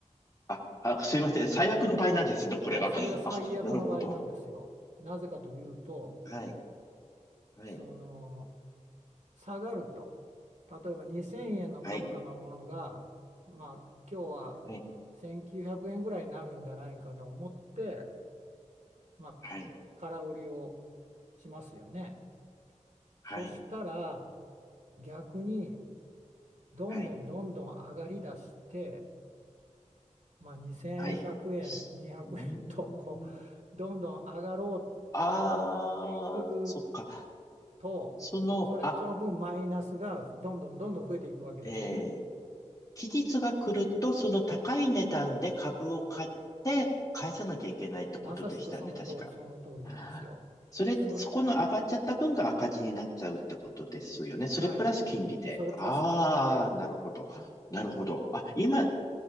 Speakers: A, on the left (about 30°); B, on the right (about 70°).
A: あ、あ、すいません。最悪の場合なんですね、これが。
B: はい、それが最悪の場合なんですよ。
A: あ、なるほど。
B: なぜかというと、
A: はい。はい。
B: その下がると、例えば2000円の株価のものが、
A: はい、
B: まあ、今日は
A: はい、
B: 1900円ぐらいになるんじゃないかと思って、まあ、
A: はい、
B: 空売りをしますよね。
A: はい、
B: そしたら逆にどんどんどんどん上がりだして、
A: はい、
B: まあ、2100円、
A: はい。
B: 200円とこ
A: うーん。
B: うどんどん上がろう、
A: あー、
B: 上がっていく
A: そっか。
B: と、
A: その、
B: それ、
A: あ、
B: その分マイナスがどんどんどんどん増えていくわけですよね。
A: えー、期日が来ると、その高い値段で株を買って返さなきゃいけないってことでしたよね、
B: まさしくその通り、
A: 確か。
B: その通りなんですよ。
A: あーそれ、
B: それ、
A: そこの上がっちゃった分が赤字になっちゃうってことですよね。それプラス金利で。
B: はい、それプラス金利で、
A: ああ、なるほど。なるほど。あ、今、